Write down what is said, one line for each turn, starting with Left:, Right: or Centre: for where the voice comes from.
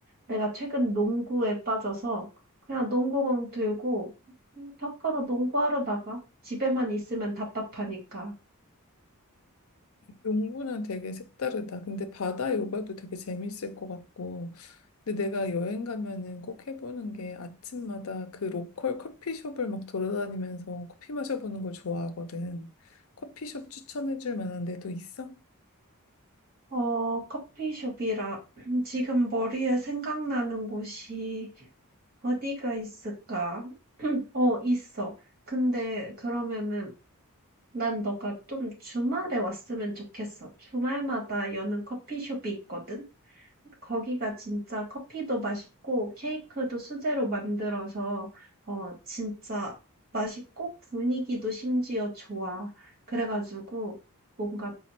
Right: 내가 최근 농구에 빠져서 그냥 농구공 들고 음, 밖으로 농구하러 나가. 집에만 있으면 답답하니까.
Left: 농구는 되게 색다르다. 근데 바다 요가도 되게 재밌을 것 같고. 근데 내가 여행 가면은 꼭 해보는 게 아침마다 그 로컬 커피숍을 막 돌아다니면서 커피 마셔보는 걸 좋아하거든. 커피숍 추천해줄 만한 데도 있어?
Right: 어, 커피숍이라 <clears throat> 지금 머리에 생각나는 곳이 어디가 있을까? <clears throat> 어, 있어. 근데 그러면은 난 너가 좀 주말에 왔으면 좋겠어. 주말마다 여는 커피숍이 있거든. 거기가 진짜 커피도 맛있고 케이크도 수제로 만들어서 어 진짜 맛있고 분위기도 심지어 좋아. 그래가지고 뭔가